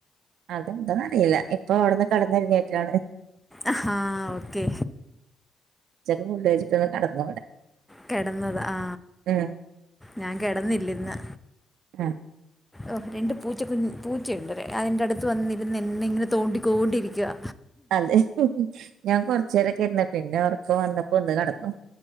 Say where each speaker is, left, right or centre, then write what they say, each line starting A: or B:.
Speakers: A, on the right; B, in the centre.
A: അതെന്താന്ന് അറിയില്ല ഇപ്പൊ അവിടുന്ന് കടന്നൊരു കയറ്റാണ്
B: ആഹാ ഓക്കേ
A: ഉച്ചക്ക് പിള്ളാര് <unintelligible>
B: കെടന്നതാ ആ
A: ഉം
B: ഞാൻ കിടന്നില്ല ഇന്ന്
A: ആഹ്
B: ഓഹ് രണ്ട് പൂച്ച കുഞ്ഞ് പൂച്ചയുണ്ട് അതിന്റെ അടുത്ത് വന്നിരുന്ന് എന്നെ ഇങ്ങനെ തോണ്ടിക്കോണ്ടിരിക്കുവാ
A: അതെ ഞാൻ കൊറച്ച് നേരവൊക്കെ ഇരുന്ന്‌ പിന്നെ ഒറക്കം വന്നപ്പോ ഒന്ന് കെടന്നു